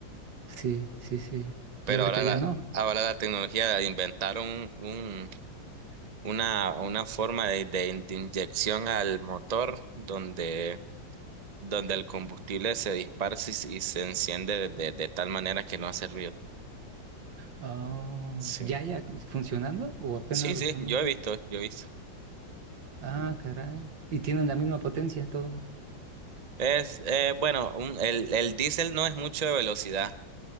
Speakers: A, on the right (about 75°); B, on the right (about 35°).
A: sí, sí, sí.
B: Pero
A: Y ahorita
B: ahora
A: ya
B: la,
A: no.
B: ahora la tecnología de inventar un, un- una, una forma de, de- de inyección al motor donde, donde el combustible se dispara y, se y se enciende de, de- de tal manera que no hace ruido.
A: Ah,
B: Sí,
A: ¿ya ya funcionando o apenas
B: sí,
A: lo
B: sí,
A: están?
B: yo he visto, yo he visto.
A: Ah, caray. Y tienen la misma potencia todo.
B: Es, eh, bueno, un- el, el diésel no es mucho de velocidad.